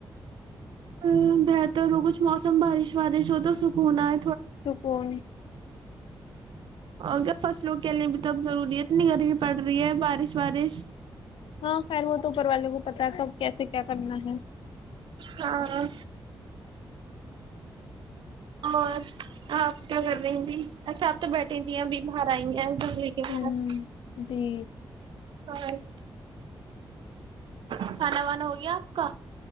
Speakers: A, on the right; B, on the left.
A: ہ بہتر ہو کچھ موسم بارش وارش ہو تو سکون ہے
B: سکون
A: اور کیا فصلوں کے لیے بھی توب ضروری ہے اتنی گرمی پڑ رہی ہے بارش وارش
B: ہاں خیر ہو تو اوپر والوں کو پتا کب کیسے کیا کرنا ہے
A: ہاں اور آپ کیا کر رہی تی اچھا آپ تو بیٹھی ت ہیں اب باہر آئی ہیں کے بس
B: ہ جی
A: اور کھانا وانا ہو گیا آپ کا